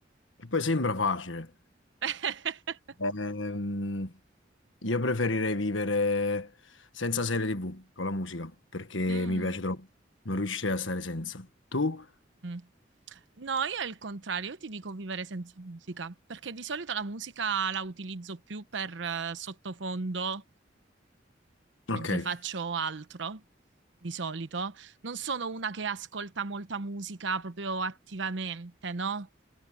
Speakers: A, on the left (about 85°); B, on the right (about 75°).
A: che poi sembra facile.
B: <laughs>
A: Ehm, io preferirei vivere senza serie TV, con la musica, perché
B: Mm,
A: mi piace troppo. Non riuscirei a stare senza. Tu?
B: mm. No, io è il contrario, io ti dico vivere senza musica, perché di solito la musica la utilizzo più per eh, sottofondo mentre
A: Ok.
B: faccio altro di solito. Non sono una che ascolta molta musica proprio attivamente, no?